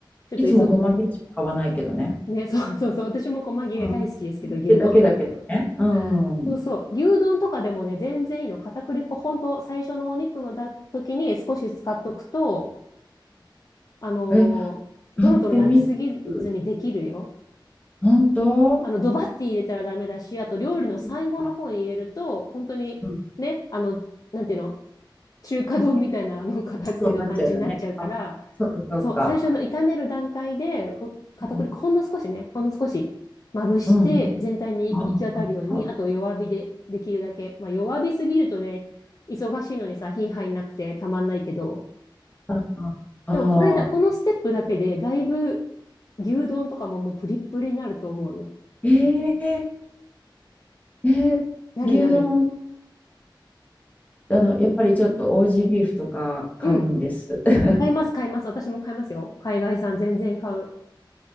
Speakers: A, on the left; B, on the left.
A: ちょっと急ぐ
B: いつも細切りしか買わないけどね。
A: ね、そうそうそう。私も細切れ大好きですけど、
B: うん。っ
A: 牛の。
B: てだけだけどね。うん。
A: <laughs>
B: うん。
A: そうそう。牛丼とかでもね、全然いいの。片栗粉、ほんと、最初のお肉のだ時に少し使っとくと、あのードロドロなりすぎずにできるよ。
B: え、買ってみる。本当
A: あの、ドバッて入れたらダメだし、あと料理の最後の方に入れると、
B: あ
A: 本当に、
B: うん。
A: ね、あの、なんていうの中華丼みたいな、あの、片栗の感じになっちゃうから、
B: そうなっちゃうよね。あ、そっかそっか。
A: そう、最初の炒める段階で、こ片栗粉ほんの少しね、
B: うん。
A: ほんの少しまぶして、
B: う
A: 全体に行き渡るように、
B: ん。ああ
A: あと弱火でできるだけ。まあ弱火すぎるとね、忙しいのにさ、火入んなくてたまんないけど、
B: ああああ、
A: でもこれだ、このステップだけで、だいぶ牛丼とかももうプリップリになると思うよ。
B: えええー牛丼、
A: なるなる。
B: あの、やっぱりちょっとオージービーフとか買うんです。
A: うん。
B: <laughs>
A: 買います、買います。私も買いますよ。海外産全然買う。